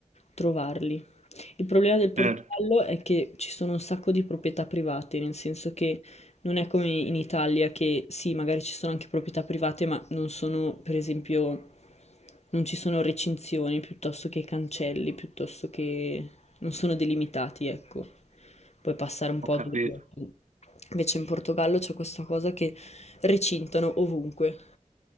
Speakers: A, on the left (about 60°); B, on the right (about 70°).
A: trovarli. Il problema del Portogallo
B: Certo,
A: è che ci sono un sacco di proprietà private, nel senso che non è come in Italia che sì, magari ci sono anche proprietà private, ma non sono, per esempio, non ci sono recinzioni piuttosto che cancelli, piuttosto che non sono delimitati, ecco. Puoi passare un
B: ho
A: po'
B: capito,
A: dove vuoi. Invece in Portogallo c'è questa cosa che recintano ovunque.